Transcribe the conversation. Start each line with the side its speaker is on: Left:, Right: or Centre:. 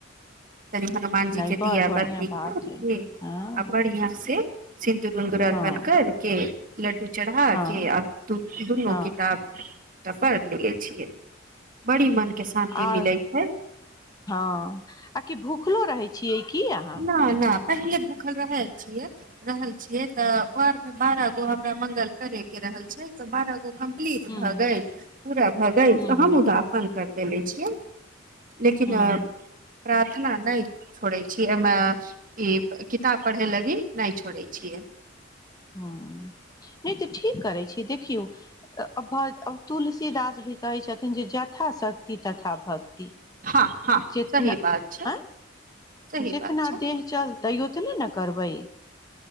Right: तनि हनुमान
Left: नहि
Right: जी के
Left: बड़
Right: दिया
Left: बढ़िआँ
Right: बाती
Left: बात
Right: कऽ
Left: हइ
Right: के
Left: हँ
Right: आ बढ़िया से सिन्दूर उन्दूर अरपान
Left: हँ
Right: कैर के लडडू चढ़ा
Left: हँ
Right: के आब दू दुनू
Left: हँ
Right: किताब त पैर लिए छिये बड़ी मन के शान्ति
Left: आ
Right: मिलै छै
Left: हँ आ कि भूखलो रहै छियै की अहाँ
Right: ना ना पहिले भूखल रह छिये रहल छियै तऽ ओ अर मे बारह गो हमरा मगल करै के रहल छै तऽ बारह गो कम पिलिट
Left: ह्म
Right: भऽ गेल पूरा भऽ गेल
Left: ह्म
Right: तऽ हम उदापन कर देले
Left: ह्म
Right: छियै लेकिन
Left: ह्म
Right: अ रात एतना नइ छोड़ै छियै एहिमे ई किताब पढ़य लागी नइ छोड़ै छियै
Left: ह नइ तऽ ठीक करै छी देखियौ अभद अ तुलसीदास भी कहै छथिन जे जथा शक्ति तथा भक्ति
Right: हँ हँ
Left: जेतना
Right: सही बात छै
Left: आय
Right: सही
Left: जितना
Right: बात छै
Left: देह चलतै उतने न करबै